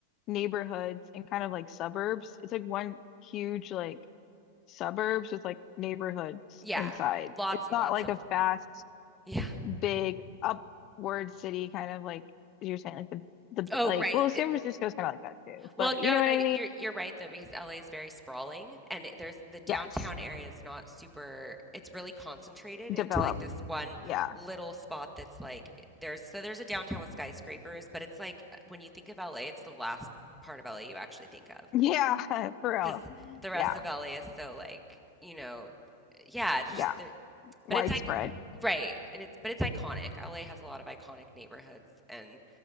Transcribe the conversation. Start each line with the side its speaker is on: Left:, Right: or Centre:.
Left: neighborhoods and kind of like suburbs. It's like one huge like suburbs with like neighborhoods
Centre: Yeah,
Left: inside.
Centre: lots
Left: It's
Centre: and
Left: not
Centre: lots
Left: like
Centre: of
Left: a fast,
Centre: yeah.
Left: big upward city kind of like you're saying like the the
Centre: Oh,
Left: like
Centre: right.
Left: well San Francisco's kind of like that too.
Centre: Well,
Left: But
Centre: no,
Left: you know what
Centre: no,
Left: I
Centre: y-
Left: mean?
Centre: you're you're right though because LA is very sprawling and it- there's the downtown
Left: Yes.
Centre: area is not super it's really concentrated
Left: Developed.
Centre: into like this one
Left: Yeah.
Centre: little spot that's like there's so there's a downtown with skyscrapers, but it's like uh, when you think of LA, it's the last part of LA you actually think of
Left: Yeah, <laughs> for real.
Centre: because the rest
Left: Yeah.
Centre: of LA is so like, you know, yeah, there's
Left: Yeah.
Centre: just but
Left: Widespread.
Centre: it's like right, and it's but it's iconic. LA has a lot of iconic neighborhoods, and